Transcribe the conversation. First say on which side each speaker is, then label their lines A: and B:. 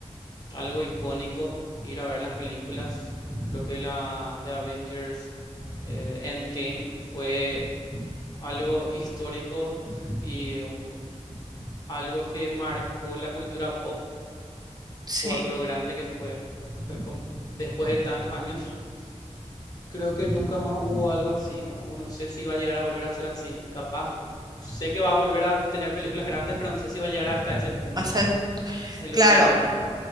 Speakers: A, on the left; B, on the right.
A: algo icónico, ir a ver las películas. Creo que la de Avengers eh, Endgame fue algo histórico y un- algo que marcó la cultura pop
B: Sí,
A: por lo grande que fue. Fue com- después de tantos años. Creo que nunca más hubo algo así, ¿no? O no sé si va a llegar a volver a ser así. Capaz, cu- sé que va a volver a tener películas grandes, pero no sé si va a llegar hasta ese punto
B: o sea,
A: de lo
B: claro.
A: que era.